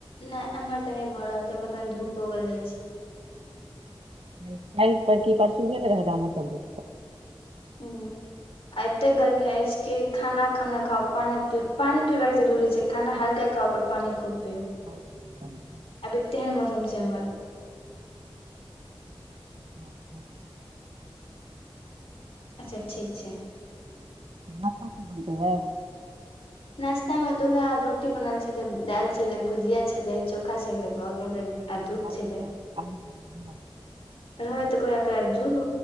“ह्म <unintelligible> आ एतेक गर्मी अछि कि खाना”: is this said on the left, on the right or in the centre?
Left